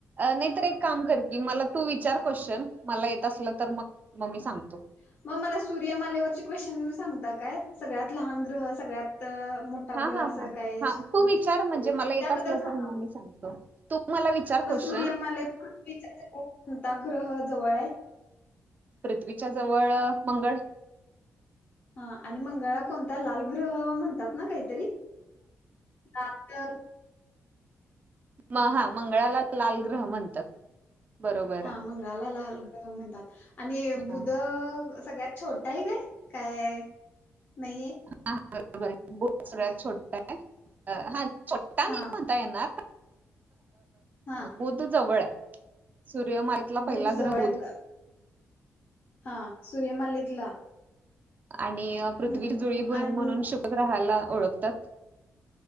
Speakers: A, on the right; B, on the left.
A: नाहीतर एक काम कर की मला तू विचार क्वेशन, मला येत असलं तर मग मी
B: हा
A: सांगतो
B: मग मला सूर्यमालेवरची क्वेश्चन सांगता काय सगळ्यात लहान ग्रह सगळ्यात मोठ् टा
A: हा
B: ग्रह
A: हा
B: असं
A: हा
B: काय?
A: हा तू
B: पृथ्वी
A: विचार म्हणजे
B: रे
A: मला येत
B: त्याबद्दल
A: असलं
B: सांगा
A: तर
B: मग?
A: मी सांगतो तू मला विचार
B: मग
A: क्वेश्चन
B: सूर्यमालेत पृथ्वीच्या जवळ कोणता ग्रह जवळय?
A: पृथ्वीच्या जवळ, मंगळ
B: हा आणि मंगळा कोणता लालग्रह म्हणतात ना काहीतरी? लाल <unintelligible>
A: म हा मंगळालाच लाल ग्रह म्हणतात. बरोबर
B: हा
A: आहे.
B: मंगळाला लाल ग्रह म्हणतात. आणि
A: हा
B: बुध सगळ्यात छोटाय काय? काय नाहीये
A: हा बरोबरय, बुध सगळ्यात छोट्या, हा छोटा
B: हा
A: ता येणार,
B: हा
A: बुध जवळ सूर्य माले- - ला पहिला,
B: बुध जवळ
A: ग्रह बु्ध
B: आहे हा, सूर्यमालेतला?
A: आणि पृथ्वी
B: हम्म
A: जुळी बहीण
B: आणि
A: म्हणून शुभग्रहाला ओळखतात